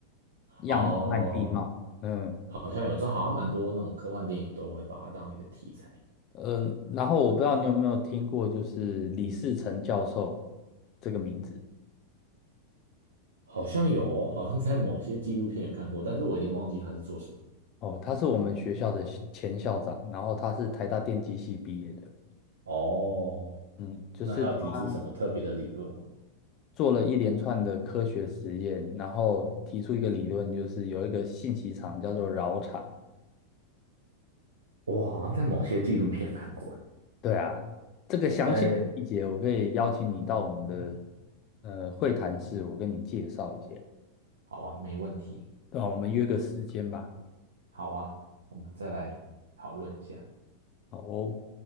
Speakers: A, on the left; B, on the right.
A: 样貌和地貌，
B: 哦，
A: 嗯。
B: 好像有，这好像蛮多那种科幻电影都会把它当一个题材。
A: 嗯，然后我不知道你有没有听过，就是李士成教授这个名字
B: 好像有哦，好像在某些纪录片有看过，但是我已经忘记他是做什么。
A: 哦，他是我们学校的校前校长，然后他是台大电机系毕业的，
B: 哦，
A: 嗯，就是他
B: 那他有提出什么特别的理论吗？
A: 做了一连串的科学实验，然后提出一个理论，就是有一个信息场叫做饶场，
B: 我好像在某些纪录片有看过。
A: 对啊，这个详细细节我可以邀请你到我们的
B: 哎，哎，
A: 呃会谈室，我跟你介绍一下，
B: 好啊，没问题。
A: 对啊，我们约个时间吧，
B: 好啊，我们再来讨论一下。
A: 好哦。